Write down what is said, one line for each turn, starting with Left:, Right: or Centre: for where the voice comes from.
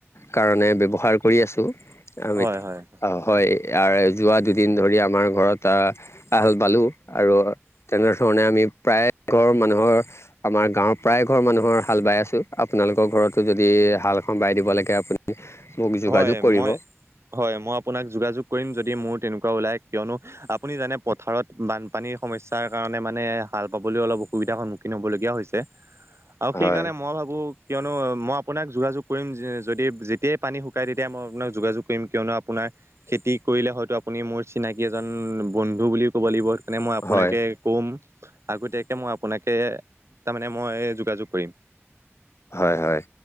Left: কাৰণে ব্যৱহাৰ কৰি আছোঁ। আৰু
Right: হয়
Left: এটি।
Right: হয়
Left: অহ, হয়। আৰু যোৱা দুদিন ধৰি আমাৰ ঘৰত এটা আহাল বালো। আৰু তেনেধৰণে আমি প্ৰায় ঘৰ মানুহৰ আমাৰ আমাৰ গাঁৱৰ প্ৰায় ঘৰৰ মানুহৰ হাল বাই আছোঁ। আপোনালোকৰ ঘৰতো যদি হালখন বাই দিব লাগে আপুনি মোক যোগাযোগ
Right: হয়
Left: কৰিব
Right: মই। হয় মই আপোনাক যোগাযোগ কৰিম যদি মোৰ তেনেকুৱা ওলাই। কিয়নো আপুনি জানে পথাৰত বান পানীৰ সমস্যাৰ কাৰণে মানে হাল বাবলৈ অলপ অসুবিধাৰ সন্মুখীন হ'বলগীয়া হৈছে। আৰু সেইকাৰণে
Left: হয়
Right: মই ভাবো, কিয়নো মই আপোনাক যোগাযোগ কৰিম যদি যেতিয়াই পানী শুকাই তেতিয় মই আপোনাক যোগাযোগ কৰিম। কিয়নো আপোনাৰ খেতি কৰিলে হয়তো আপুনি মোৰ চিনাকি এজন বন্ধু বুলি ক'ব লাগিব। সেইকাৰণে মই আপোনাকে
Left: হয়
Right: ক'ম। আগতীয়াকে মই আপোনাকে, তাৰমানে মই যোগাযোগ কৰিম।
Left: হয়, হয়